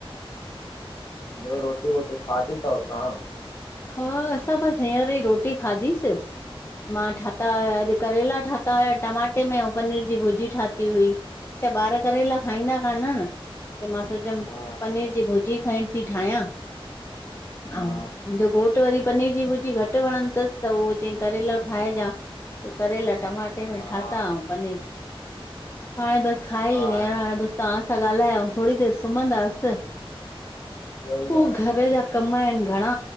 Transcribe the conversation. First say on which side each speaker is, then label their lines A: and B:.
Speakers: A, on the left; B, on the left.
A: ॿियो रोटी वोटी खादी तव तां।
B: हा असां बसि हींअर ई रोटी खाधीसि। मां ठाता हुया अॼु करेला ठाता हुया टमाटे में ऐं पनीर जी भुजी ठाती हुई। छा ॿार करे लाइ खाईंदा कान ऐन त मां सोचियमि
A: हा
B: पनीर जी भुजी खण ती ठाहियां ऐं
A: हा
B: मुंजो घोट वरी पनीर जी भुजी घटि वणंद तसि त उहो चई करेलो ठाहिजां सो करेला टमा टे में
A: हा हा
B: ठाता अऊं पनीर हाणे बसि खाई
A: हा
B: विया हाणे बस तहां सां ॻाल्हाय अऊं थोरी देरि सुम्हंदासि
A: उहो ई
B: पोइ
A: आहे
B: घर जा कम ऐन घणा